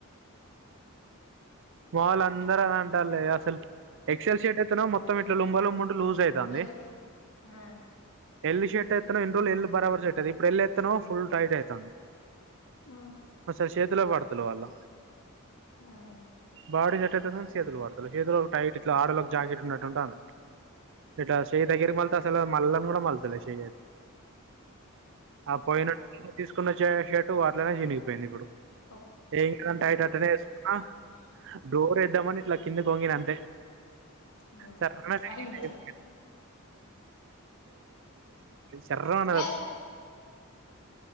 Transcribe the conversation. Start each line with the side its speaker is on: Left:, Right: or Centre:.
Right: మా వాళ్ అందరూ అదే అంటాల్లే ఆసలు ఎక్సెల్ షేట్ అయితేనో మొత్తం ఇట్లా లుంగ లుంగుంటు లూజ్ ఐతాంది
Left: ఏది ఆ
Right: ఎల్ షర్ట్ ఏత్తేనో ఇన్ రోజులు ఎల్ బరాబర్ షర్ట్ అది ఇప్పుడు ఎల్ ఏత్తేనో ఫుల్ టైట్ ఐతాంది
Left: ఉమ్
Right: ఓ సారి చేతిలో పడు పిలవాల
Left: ఉమ్
Right: బాడీ సెట్ ఐతాంది కానీ చేతులు పడతలే చేతులో టైట్ ఇట్లా ఆడోళ్ళకు జాకెట్ ఉన్నట్టు ఉంటాంది ఇట్లా చెయ్ దగ్గరి మల్లను గూడ మల్ తెలే షీ <inaudible> ఆ పోయిన <inaudible> తీసుకోనొచ్చే షట్ వాటిలోనే చినిగిపోయింది ఇప్పుడు
Left: ఓ
Right: ఏంట్రాని
Left: ఉమ్
Right: టైటైతెనే ఏసుకున్నా డోర్ ఏద్దామని ఇట్లా కిందకి వొంగిన అంతే
Left: ఉమ్
Right: సర్రున చినిగింది
Left: అరిగిందా
Right: <inaudible> సర్రుమన్నది
Left: ఏయ్